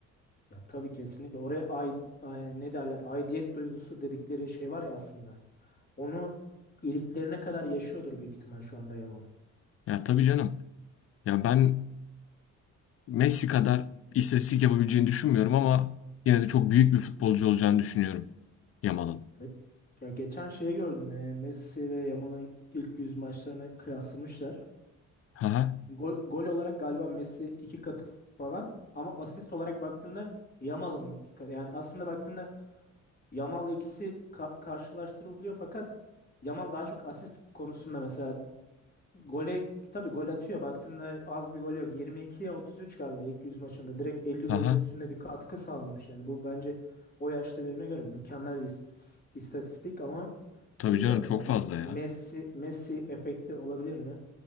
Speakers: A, on the left (about 30°); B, on the left (about 50°).
A: Ya tabii kesinlikle. Oraya ay, ay- ne derler? Aidiyet duygusu dedikleri şey var ya aslında. Onu iliklerine kadar yaşıyordur büyük ihtimal şu anda Yamal.
B: Ya tabii canım. Ya ben Messi kadar istatistik yapabileceğini düşünmüyorum ama yine de çok büyük bir futbolcu olacağını düşünüyorum Yamal'ın.
A: E, Ya geçen şeyi gördüm. e, Messi ve Yamal'ın ilk 100 maçlarını kıyaslamışlar.
B: Haha.
A: Gol, gol olarak galiba Messi iki katı falan ama asist olarak baktığında Yamal onun iki katı. Yani aslında baktığında Yamal'la ikisi ka- karşılaştırılıyor fakat Yamal daha çok asist konusunda mesela gole tabii gol atıyor baktığında az bir gol yok 22'ye 33 galiba ilk 100 maçında direkt 50 golün
B: Haha.
A: üstünde bir katkı sağlamış yani bu bence o yaşta birine göre mükemmel bir ist- istatistik ama
B: Tabii
A: bilmiyorum
B: canım çok
A: ya
B: fazla
A: bir Messi
B: ya.
A: Messi efekti olabilir mi?